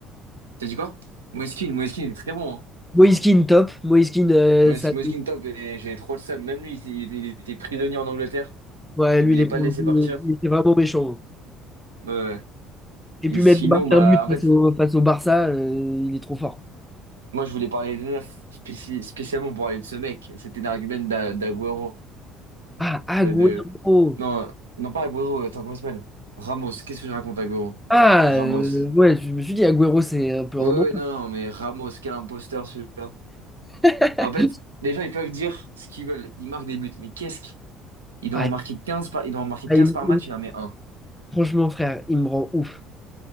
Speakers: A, on the right; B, in the centre.
A: T'as dit quoi? Moeskin, Moeskin, il est très bon. hein.
B: Moïskine, top. Moïskine, euh,
A: Moes-
B: ça...
A: Moeskin, top, et j'avais trop le seum. Même lui, il, était il était- il était prisonnier en Angleterre.
B: ouais,
A: Il
B: lui,
A: voulait
B: il est pour
A: pas le laisser
B: le coup,
A: partir.
B: il était vraiment méchant.
A: Ouais, ouais.
B: Et
A: Et
B: puis
A: sinon,
B: même, il
A: bah,
B: un but
A: en
B: face
A: fait,
B: au, face au Barça, euh, il est trop fort.
A: moi, je voulais parler des neufs, spéci- spécialement pour parler de ce mec. C'était un argument d'A- d'Aguero.
B: Ah, Agüero.
A: Euh, de... Non, euh, non, pas Agüero. Attends, comment il s'appelle? Ramos. Qu'est-ce que je raconte, Agüero?
B: Ah,
A: Ramos.
B: euh, ouais, je me suis dit, Agüero, c'est un peu
A: Oui,
B: un
A: oui,
B: nom.
A: non, non, mais Ramos, quel imposteur celui-là.
B: <laughs>
A: En fait, les gens, ils peuvent dire ce qu'ils veulent. Ils marquent des buts. Mais qu'est-ce qu'il doit
B: Ah,
A: en marquer 15 par... il doit en marquer
B: ah,
A: 15
B: il-
A: par match,
B: il-
A: il en met un.
B: franchement, frère, il me rend ouf.